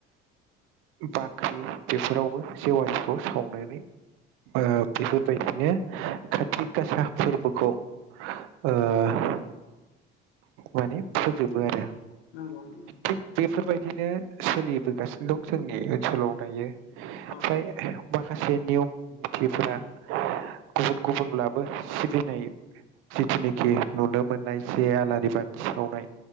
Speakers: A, on the right; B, on the left.
A: बाख्रि बेफोरावबो जेवारिखौ सावनानै ओ बेफोरबायदिनो कातिक गासा फोरबोखौ ओ माने फोजोबो आरो।
B: नंगौ उ।
A: थिग बेफोरबायदिनो सोलिबोगासिनो दं जोंनि ओनसोलाव दायो
B: औ
A: फ्राय माखासे नियम निथिफोरा गुबुन गुबुनब्लाबो सिबिनाय जिखिनि जे नुनो मोननाय जे आलारि बाथि सावनाय